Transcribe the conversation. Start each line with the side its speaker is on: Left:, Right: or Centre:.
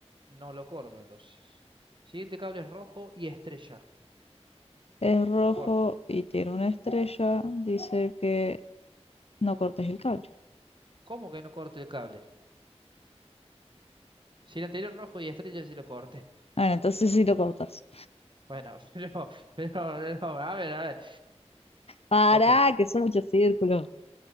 Right: no lo corto entonces. Siguiente cable es rojo y estrella.
Left: Es rojo
Right: Lo corto.
Left: y tiene una estrella. Dice que no cortes el cable.
Right: ¿Cómo que no corte el cable? Si el anterior rojo y estrella sí lo corté.
Left: Bueno, entonces sí lo cortas.
Right: Bueno, <laughs> pero, pero, no, a ver, a ver.
Left: Pará,
Right: Ok.
Left: que son muchos círculos.